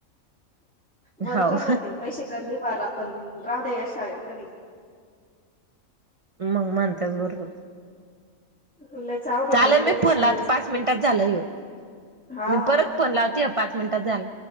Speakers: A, in the centre; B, on the right.
A: बरोबर
B: हाव
A: म्हणते पैसे कमी भरा पण राह त्याच्या शाळेमधी.
B: मग माण त्याच भरोबर.
A: लयच अवघड
B: चालेल
A: होईल बाई
B: मी
A: त्या
B: फोन
A: शाळेचं
B: लावते पाच मिनिटात झालं यो
A: हा
B: मी
A: हा.
B: परत फोन लावते पाच मिनटात झालं.